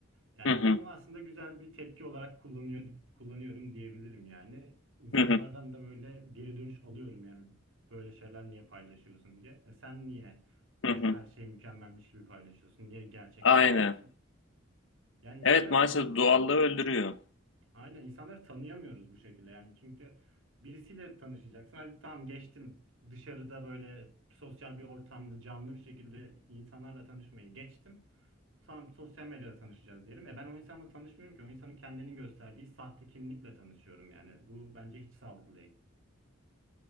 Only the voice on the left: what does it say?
Hı hı.
Hı hı.
Hı hı.
Aynen.
Evet maalesef
doğallığı öldürüyor.